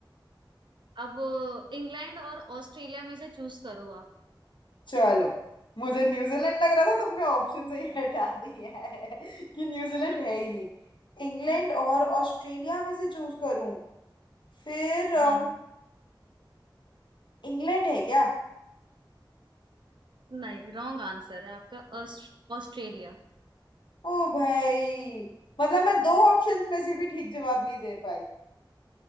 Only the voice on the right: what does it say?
अब इंग्लैंड और ऑस्ट्रेलिया में से चूज करो आप
<laughs>
हाँ
नहीं रॉन्ग आंसर है आपका ऑस्ट- ऑस्ट्रेलिया